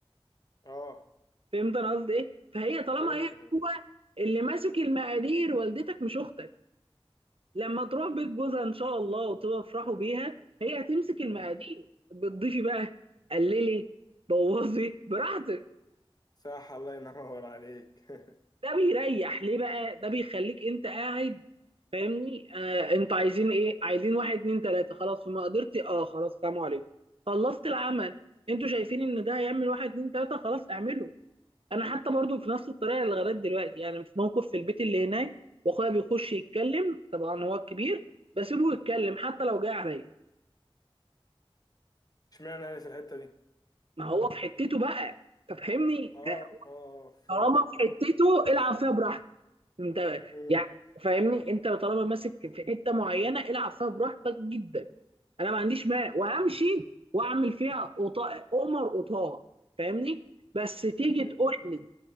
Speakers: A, on the left (about 40°); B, on the right (about 70°).
A: اه
B: فهمت انا قصدي ايه فهي طالما
A: فهمتك
B: هي
A: يا باشا
B: هو اللي ماسك المقادير والدتك مش اختك لما تروح بيت جوزها ان شاء الله وتفرحوا بيها هي هتمسك المقادير
A: مم.
B: بتضيفي بقى قللي بوظي براحتك
A: صح الله ينور عليك <laughs>
B: ده بيريح ليه بقى ده بيخليك انت قاعد فاهمني آه انتوا عايزين ايه عايزين واحد اتنين تلاته خلاص فما قدرت اه خلاص سلام عليكم خلصت العمل انتوا شايفين ان ده هيعمل واحد اتنين تلاته خلاص اعمله انا حتى برضو في نفس الطريقه اللي لغايه دلوقتي يعني في موقف في البيت اللي هناك واخويا بيخش يتكلم طبعا هو الكبير بسيبه يتكلم حتى لو جاي عليا
A: اشمعنى يعني في الحتة دي
B: ما هو في حتته بقى تفهمني
A: اه اه
B: آه،
A: آه، فهمتك
B: طالما في
A: اه
B: حتته العب فيها براحتك انت
A: مم.
B: يعني فاهمني انت طالما ماسك في حته معينه العب فيها براحتك جدا انا ما عنديش مانع وامشي واعمل فيها قطاع قمر قطاع فاهمني بس تيجي
A: مم.
B: تقول لي